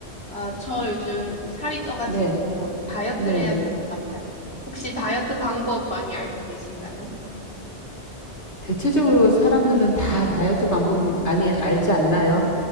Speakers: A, on the left; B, on the left.
A: 아, 저 요즘 살이 쪄가지고
B: 네,
A: 다이어트를
B: 네네.
A: 해야 될 것 같아요. 혹시 다이어트 방법 많이 알고 계신가요?
B: 대체적으로 사람들은 다 다이어트 방법 많이 알지 않나요?